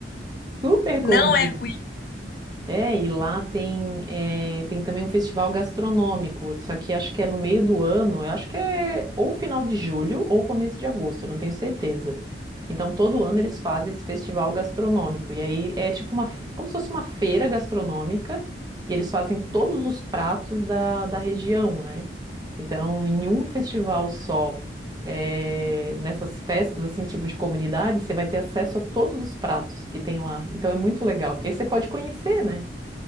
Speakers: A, on the right; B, on the left.
A: Super combina.
B: Não é ruim.
A: É, e lá tem, é, tem também um festival gastronômico, só que acho que é no meio do ano, eu acho que é ou final de julho ou começo de agosto, eu não tenho certeza. Então, todo ano eles fazem esse festival gastronômico, e aí é tipo uma, é como se fosse uma feira gastronômica, e eles fazem todos os pratos da, da região, né? Então, em um festival só, é, nessas festas, assim, tipo de comunidade, você vai ter acesso a todos os pratos que tem lá. Então, é muito legal, porque aí você pode conhecer, né?